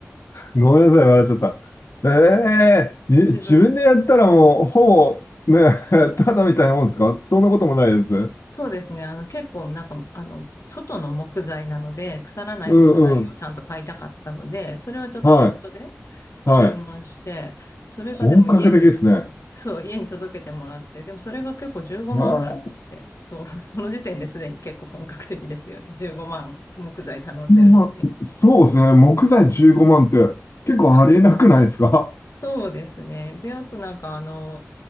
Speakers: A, on the left; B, on the left.
A: ごめんなさい、笑っちゃった。ええに自分でやったらもう、
B: 自分
A: ほぼ、ね、<laughs> ただみたいなもんですかそんなこともないですね。
B: そうですね。あの、結構なんか、あの、外の木材なので、腐らない木材をちゃんと買いたかったので、
A: うんうん。
B: それはちょっとネットで
A: はい。はい。
B: 注文して、それがでも家に、
A: 本格的ですね。
B: そう、家に届けてもらって、でもそれが結構15万ぐらいして、
A: うわ
B: そう、<laughs> その時点ですでに結構本格的ですよね。15万木材頼んでる時点。
A: 万。そうですね。木材15万って結構ありえなくないですか
B: そうそうですね。で、あとなんかあの、